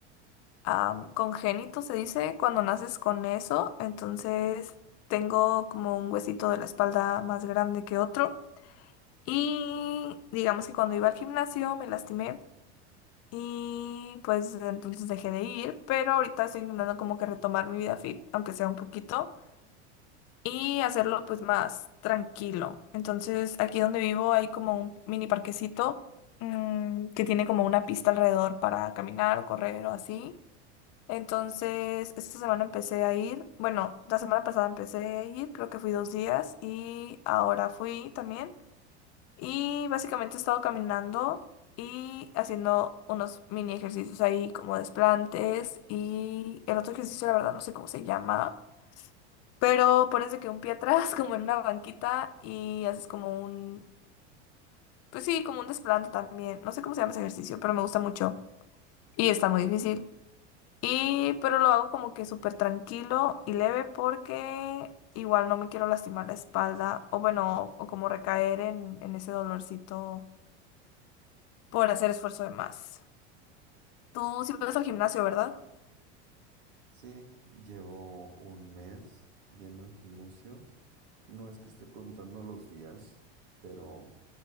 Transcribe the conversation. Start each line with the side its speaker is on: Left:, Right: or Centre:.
Left: am, congénito, se dice, cuando naces con eso, entonces tengo como un huesito de la espalda más grande que otro. Y digamos que cuando iba al gimnasio me lastimé y pues desde entonces dejé de ir, pero ahorita estoy intentando como que retomar mi vida fit, aunque sea un poquito, y hacerlo pues más tranquilo. Entonces aquí donde vivo hay como un mini parquecito mm, que tiene como una pista alrededor para caminar o correr o así. Entonces, esta semana empecé a ir, bueno, la semana pasada empecé a ir, creo que fui dos días y ahora fui también. Y básicamente he estado caminando y haciendo unos mini ejercicios ahí como desplantes. Y el otro ejercicio, la verdad, no sé cómo se llama. Pero pones de que un pie atrás, <laughs> como en una banquita, y haces como un, pues sí, como un desplante también. No sé cómo se llama ese ejercicio, pero me gusta mucho. Y está muy difícil. Y, pero lo hago como que súper tranquilo y leve porque igual no me quiero lastimar la espalda. O bueno, o como recaer en, en ese dolorcito por hacer esfuerzo de más. Tú sí vas al gimnasio, ¿verdad?
Right: Sí, llevo un mes yendo al gimnasio. No es que esté contando los días, pero